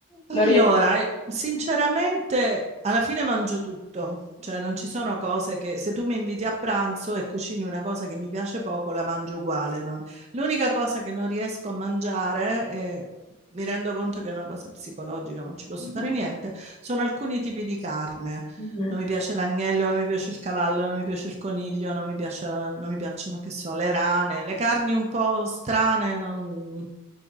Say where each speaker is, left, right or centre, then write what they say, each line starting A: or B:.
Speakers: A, on the left; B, on the right.
A: non
B: Allora,
A: riesci...
B: eh, sinceramente, alla fine mangio tutto, cioè non ci sono cose che se tu mi inviti a pranzo e cucini una cosa che mi piace poco, la mangio uguale. non- L'unica cosa che non riesco a mangiare, eh, mi rendo conto che è una cosa psicologica, ma non ci posso
A: <laughs>
B: fare niente, sono alcuni tipi di carne
A: Mhm.
B: non mi piace l'agnello, non mi piace il cavallo, non mi piace il coniglio, non mi piace- non mi piacciono, che so, le rane, le carni un po' strane, non,